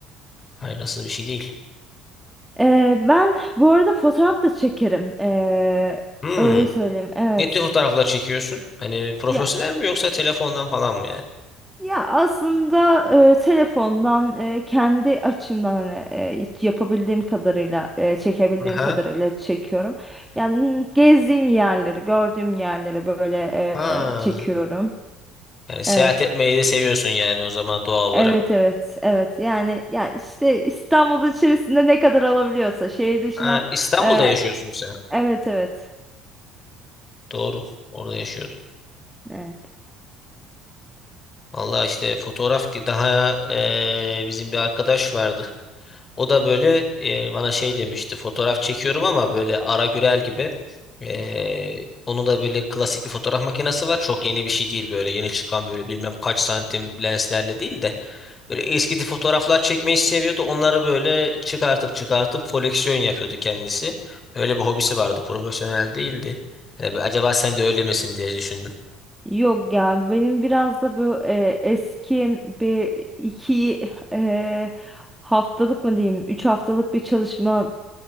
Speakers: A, on the left; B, in the centre.
A: Faydasız bir şey değil.
B: Ee, ben bu arada fotoğraf da çekerim. Ee,
A: Hmm.
B: öyle söyleyeyim. Evet.
A: Ne tür fotoğraflar çekiyorsun? Hani profesyonel
B: Ya
A: mi yoksa telefondan falan mı yani?
B: ya aslında e, telefondan e, kendi açımdan hani e, hiç yapabildiğim kadarıyla e, çekebildiğim
A: Aha.
B: kadarıyla çekiyorum. Yani gezdiğim yerleri, gördüğüm yerleri böyle
A: Ha.
B: e, çekiyorum.
A: Yani seyahat
B: Evet.
A: etmeyi de seviyorsun yani o zaman doğal olarak.
B: Evet evet evet yani ya işte İstanbul içerisinde ne kadar alabiliyorsa şehir dışına
A: Ha, İstanbul'da
B: e,
A: yaşıyorsun sen.
B: evet evet
A: Doğru. Orada yaşıyordun.
B: evet.
A: Vallahi işte fotoğraf ki daha eee, bizim bir arkadaş vardı. O da böyle eee, bana şey demişti. Fotoğraf çekiyorum ama böyle Ara Gürel gibi. Eee onun da böyle klasik bir fotoğraf makinesi var. Çok yeni bir şey değil böyle. Yeni çıkan böyle bilmem kaç santim lenslerle değil de. Böyle eski tip fotoğraflar çekmeyi seviyordu. Onları böyle çıkartıp çıkartıp koleksiyon yapıyordu kendisi. Öyle bir hobisi vardı. Profesyonel değildi. Yani bir acaba sen de öyle misin diye düşündüm.
B: Yok ya benim biraz da bu e, eski bir iki e, haftalık mı diyeyim üç haftalık bir çalışma